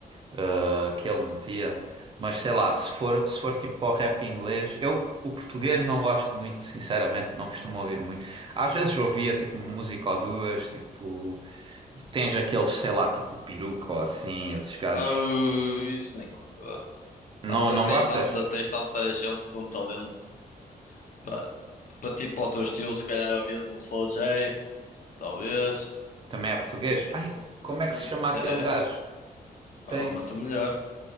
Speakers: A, on the right; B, on the left.
A: eh, que ele metia. Mas sei lá, se for, se for tipo para o rap inglês, eu o português não gosto muito, sinceramente, não costumo ouvir muito. Às vezes ouvia tipo música ou duas, tipo. Tens aqueles, sei lá, tipo Peruca ou assim, esses gajos.
B: Oh, isso nem conta, vá.
A: Não,
B: Pá, te-
A: não
B: tens
A: gostas?
B: tanta, tens tanta gente com talento. Pá, para ti, para o teu estilo, se calhar ouvias um Slow J, talvez.
A: Também é português?
B: Que
A: Ai,
B: é sempre bacana.
A: como é que se chama aquele
B: É,
A: gajo?
B: provavelmente
A: Tem,
B: o melhor.